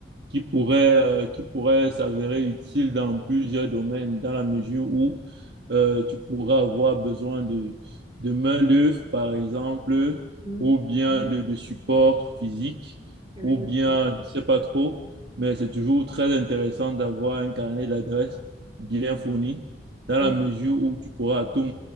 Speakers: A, on the right; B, on the right.
A: qui pourrait, euh, qui pourrait s'avérer utile dans plusieurs domaines, dans la mesure où euh, tu pourrais avoir besoin de, de main-d'œuvre, par exemple,
B: Mhm.
A: ou bien
B: Mhm.
A: de, de support physique,
B: Oui,
A: ou bien,
B: oui, oui.
A: je ne sais pas trop, mais c'est toujours très intéressant d'avoir un carnet d'adresses bien fourni, dans
B: Mhm.
A: la mesure où tu pourras à tout